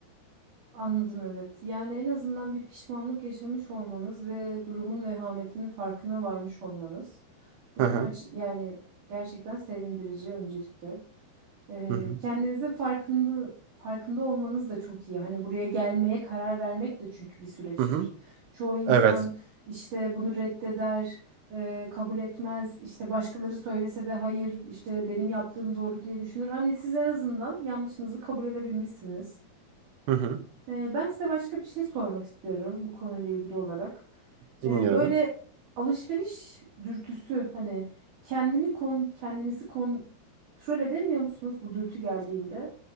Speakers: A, on the right; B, on the right.
A: Anladım evet. Yani en azından bir pişmanlık yaşamış olmanız ve durumun vehametinin farkına varmış olmanız. Bu
B: Hı
A: durum
B: hı.
A: açı- yani gerçekten sevindirici öncelikle. Ee,
B: Hı hı.
A: kendinizin farkında farkında olmanız da çok iyi. Hani buraya gelmeye karar vermek de çünkü bir süreçtir.
B: Hı hı.
A: Çoğu insan
B: Evet.
A: işte bunu reddeder, e, kabul etmez. İşte başkaları söylese de hayır, işte benim yaptığım doğru diye düşünür. Hani siz en azından yanlışınızı kabul edebilmişsiniz.
B: Hı hı.
A: Ee, ben size başka bir şey sormak istiyorum bu konuyla ilgili olarak. Ee,
B: Dinliyorum.
A: böyle alışveriş dürtüsü hani kendini kon kendinizi kontrol edemiyor musunuz bu dürtü geldiğinde?